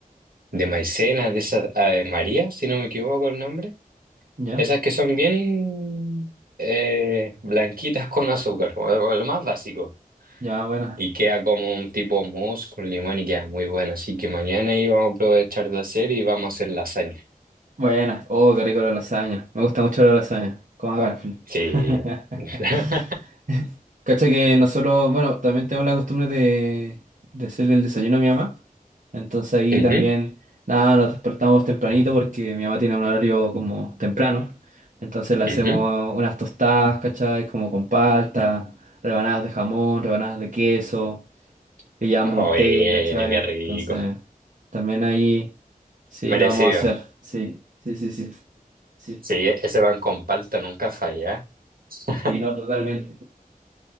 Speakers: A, on the right; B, on the right.
A: de maicena, de esas eh, María, si no me equivoco el nombre.
B: ¿Ya?
A: Esas que son bien eh, blanquitas con azúcar, como lo lo más básico.
B: Ya, bueno.
A: Y queda como un tipo mousse con limón y queda muy bueno. Así que mañana íbamos a aprovechar de hacer y vamos a hacer lasaña.
B: Buena. Oh, qué rico la lasaña. Me gusta mucho la lasaña. Como a Garfield.
A: Sí.
B: <laughs>
A: <laughs>
B: Cacha que nosotros, bueno, también tenemos la costumbre de, de hacerle el desayuno a mi mamá. Entonces ahí
A: Ujú,
B: también, nada, nos despertamos tempranito porque mi mamá tiene un horario como temprano. Entonces le
A: ujú.
B: hacemos unas tostadas, ¿cachai? Como con palta, rebanadas de jamón, rebanadas de queso, le llevamos
A: Joder,
B: un té, ¿cachai?
A: qué rico.
B: Entonces también ahí sí
A: Merecido.
B: lo vamos a hacer. Sí, sí, sí, sí. Sí,
A: Sí, ese pan con palta nunca falla. <laughs>
B: sí, no, totalmente.